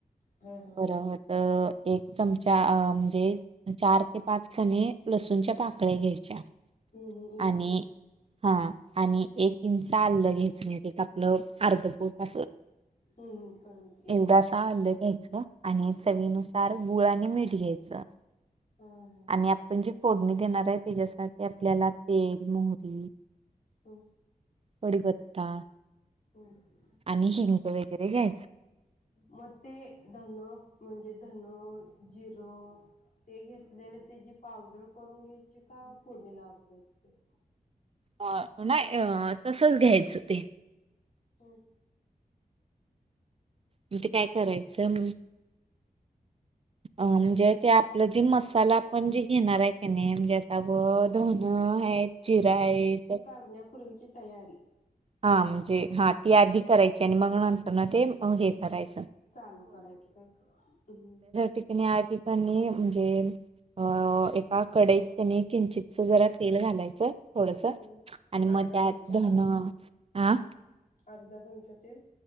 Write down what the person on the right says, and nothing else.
परत एक चमचा म्हणजे चार ते पाच कणि लसूणच्या पाकळ्या घ्यायच्या
आणि हा आणि
एक इंच आलं घ्यायच म्हणजे आपलं अर्ध बोट अस
एवढासा आलं घ्यायच, आणि चवीनुसार
गुळ आणि मीठ घ्यायचं.
आणि आपण जी फोडणी देणार आहे त्याच्यासाठी आपल्याला तेल, मोहरी
कडीपत्ता
आणि हिंग वगैरे घ्यायच.
अ नाही अ तसच घ्यायचं ते
आणि ते काय करायचं? अ म्हणजे ते आपलं जे मस - साला आपण जे घेणार हाय काय नाहीे म्हणजे आता बघ धन हाईत, जिरं हाईत.
हा म्हणजे हा ती आधी करायची आणि मग नंतर न ते हे करायचं.
ते कणी आधी कणी म्हणजे - अ एका कढईत कणी किंचितस जरा तेल घालायचं. थोडस आणि
मग त्यात
धन,
हा